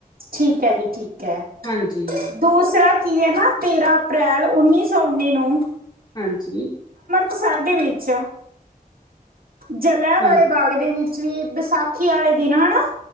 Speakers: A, on the right; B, on the left.
A: ਠੀਕ ਹੈ ਜੀ ਠੀਕ ਹੈ,
B: ਹਾਂਜੀ
A: ਦੂਸਰਾ ਕੀ ਹੈ ਨਾ ਤੇਰਾਂ ਅਪ੍ਰੈਲ ਉੱਨੀ ਸ ਸੋ ਉੱਨੀੇ ਨੂੰ,
B: ਹਾਂਜੀ,
A: ਬਸੰਤ ਵਿੱਚ ਆ। ਜਲਿਆਂ
B: ਹਾਂ
A: ਵਾਲੇ ਬਾਗ ਦੇ ਵਿੱਚ ਵੀ ਵਿਸਾਖੀ ਵਾਲੇ ਦਿਨ ਹਨਾ।